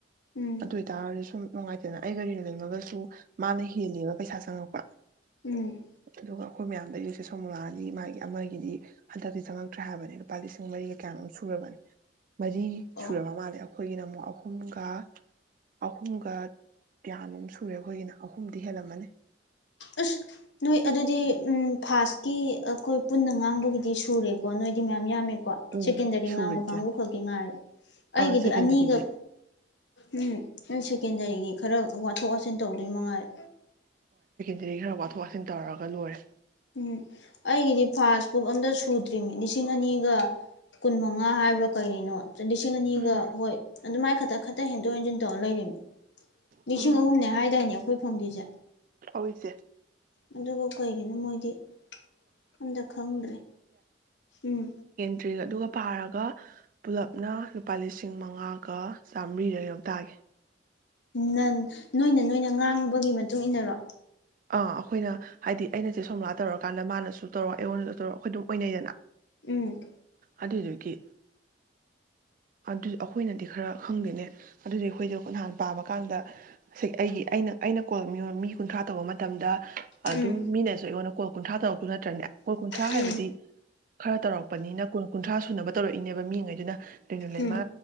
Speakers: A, on the left; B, on the right.
A: ꯎꯝ
B: ꯑꯗꯨ ꯑꯣꯏꯇꯥꯔꯗꯤ ꯁꯨꯝ ꯅꯨꯡꯉꯥꯏꯇꯅ ꯑꯩꯒꯥ ꯔꯤꯂꯤ ꯂꯩꯃꯒꯁꯨ ꯃꯥꯅ ꯍꯦꯂꯦꯕ ꯄꯩꯁꯥ ꯆꯪꯉꯛꯄ
A: ꯎꯝ
B: ꯑꯗꯨꯒ ꯑꯩꯈꯣꯏ ꯃꯌꯥꯝꯗꯒꯤꯗꯒꯤ ꯆꯦ ꯁꯣꯃꯂꯥꯗꯤ ꯃꯥꯒꯤ ꯑꯃꯒꯤꯗꯤ ꯍꯟꯗꯛꯇꯤ ꯆꯪꯉꯛꯇ꯭ꯔꯦ ꯍꯥꯏꯕꯅꯤ ꯂꯨꯄꯥ ꯂꯤꯁꯤꯡ ꯃꯔꯤꯒ ꯀꯌꯥꯃꯣꯛ ꯁꯨꯔꯕꯅꯤ ꯃꯔꯤ
A: ꯑꯣ
B: ꯁꯨꯔꯕ ꯃꯥꯜꯂꯦ ꯑꯩꯈꯣꯏꯒꯤꯅ ꯑꯃꯨꯛ ꯑꯍꯨꯝꯒ ꯑꯍꯨꯝꯒ ꯀꯌꯥꯟꯣꯝ ꯑꯃ ꯁꯨꯔꯦ ꯑꯩꯈꯣꯏꯒꯤꯅ ꯑꯍꯨꯝꯗꯤ ꯍꯦꯜꯂꯝꯃꯅꯤ
A: ꯑꯁ ꯅꯣꯏ ꯑꯗꯨꯗꯤ ꯎꯝ ꯐꯥꯥꯁꯀꯤ ꯑꯩꯈꯣꯏ ꯄꯨꯟꯅ ꯉꯥꯡꯕꯒꯤꯗꯤ ꯁꯨꯔꯦꯀꯣ ꯅꯣꯏꯗꯤ ꯃꯌꯥꯝ ꯌꯥꯝꯃꯦ ꯀꯣ
B: ꯎꯝ
A: ꯁꯦꯀꯦꯟꯗꯔꯤ
B: ꯁꯨꯔꯦ
A: ꯉꯥꯡꯕ
B: ꯏꯆꯦ
A: ꯀꯥꯡꯕꯨ ꯈꯛꯀꯤ ꯉꯥꯏꯔꯦ ꯑꯩꯒꯤꯗꯤ
B: ꯑꯥ ꯁꯦꯀꯦꯟꯗꯔꯤꯒꯤ
A: ꯑꯅꯤꯈꯛ ꯎꯝ ꯑꯩ ꯁꯦꯀꯦꯟꯗꯔꯤꯒꯤ ꯈꯔ ꯋꯥꯊꯣꯛ ꯋꯥꯁꯤꯟ ꯇꯧꯗꯣꯏ ꯃꯥ ꯉꯥꯏꯔꯦ
B: ꯁꯤꯗꯒꯤ ꯈꯔ ꯋꯥꯊꯣꯛ ꯋꯥꯥꯁꯤꯟ ꯇꯧꯔꯒ ꯂꯣꯏꯔꯦ
A: ꯎꯝ ꯑꯩꯒꯤꯗꯤ ꯐꯥꯁꯕꯨꯛ ꯑꯝꯇ ꯁꯨꯗ꯭ꯔꯤꯅꯤ ꯂꯤꯁꯤꯡ ꯑꯅꯤ ꯀꯨꯟ ꯃꯉꯥ ꯍꯥꯏꯕ <unintelligible> ꯂꯤꯁꯤꯡ ꯑꯅꯤꯒ
B: ꯎꯝ
A: ꯍꯣꯏ ꯑꯗꯨꯃꯥꯏ ꯈꯛꯇ ꯈꯛꯇ ꯍꯦꯟꯗꯣꯛ ꯍꯦꯟꯖꯤꯟ <unintelligible> ꯂꯤꯁꯤꯡ
B: ꯎꯝ
A: ꯑꯍꯨꯝꯅꯦ ꯍꯥꯏꯗꯥꯏꯅꯦ ꯑꯩꯈꯣꯏ ꯐꯪꯗꯧꯁꯦ
B: ꯑꯧ ꯏꯆꯦ
A: ꯑꯗꯨ ꯀꯩꯒꯤꯅꯣ ꯃꯣꯏꯗꯤ ꯑꯝꯇ ꯈꯪꯗ꯭ꯔꯦ ꯎꯝ
B: ꯭ꯗꯔꯤꯒ ꯑꯗꯨꯒ ꯄꯥꯔꯒ ꯄꯨꯂꯞꯅ ꯂꯨꯄꯥ ꯂꯤꯁꯤꯡ ꯃꯉꯥꯒ ꯆꯥꯃꯔꯤꯔ ꯀꯩꯅꯣꯝ ꯇꯥꯒꯤ
A: ꯅꯪ ꯅꯣꯏꯅ ꯅꯣꯏꯅ ꯉꯥꯡꯕꯒꯤ ꯃꯇꯨꯡ ꯏꯟꯅꯔꯣ
B: ꯑꯥ ꯑꯩꯈꯣꯏꯅ ꯍꯥꯏꯗꯤ ꯑꯩꯅ ꯆꯦ ꯁꯣꯃꯣꯂꯥ ꯇꯧꯔꯀꯥꯟꯗ ꯃꯥꯅꯁꯨ ꯇꯧꯔꯣ ꯑꯩꯉꯣꯟꯗꯁꯨ ꯇꯧꯔꯣ ꯑꯩꯈꯣꯏ ꯑꯗꯨꯝ ꯑꯣꯏꯅꯩꯗꯅ
A: ꯎꯝ
B: ꯑꯗꯨꯗꯨꯒꯤ ꯑꯗꯨ ꯑꯩꯈꯣꯏꯅꯗꯤ ꯈꯔ ꯈꯪꯗꯦꯅꯦ ꯑꯗꯨꯗꯤ ꯑꯩꯈꯣꯏꯗꯣ ꯅꯍꯥꯟ ꯄꯥꯕ ꯀꯥꯟꯗ ꯉꯁꯥꯏ ꯑꯩꯒꯤ ꯑꯩꯅ ꯑꯩꯅ ꯀꯣꯜ ꯃꯤ ꯀꯨꯟꯊ꯭ꯔꯥ ꯇꯧꯕ ꯃꯇꯝ ꯃꯇꯝꯗ
A: ꯎꯝ
B: ꯑꯗꯨꯝ ꯃꯤꯅꯁꯨ ꯑꯩꯉꯣꯟꯗ ꯀꯣꯜ ꯀꯨꯟꯊ꯭ꯔꯥ ꯇꯧꯔꯛꯇꯨ ꯅꯠꯇ꯭ꯔꯅꯦ ꯀꯣꯜ ꯀꯨꯟꯊ꯭ꯔꯥ
A: ꯎꯝ
B: ꯍꯥꯏꯕꯗꯤ ꯈꯔ ꯇꯧꯔꯛꯄꯅꯤꯅ ꯀꯨꯟ ꯀꯨꯟꯊ꯭ꯔꯥ ꯁꯨꯅꯕ ꯇꯧꯔꯛꯏ ꯅꯦꯕ ꯃꯤꯉꯩꯗꯨꯅ ꯀꯩꯅꯣ ꯂꯩꯃ
A: ꯎꯝ